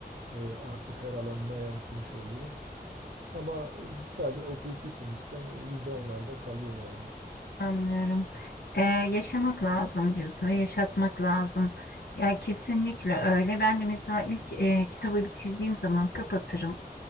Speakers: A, on the right; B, on the left.
A: Ee, artık her alanına yansımış oluyor. Ama e, sadece okuyup bitirmişsen yüzde onlarda kalıyor yani.
B: Anlıyorum. E, yaşamak lazım diyorsun ve yaşatmak lazım. Ya kesinlikle öyle. Ben de mesela ilk e, kitabı bitirdiğim zaman kapatırım.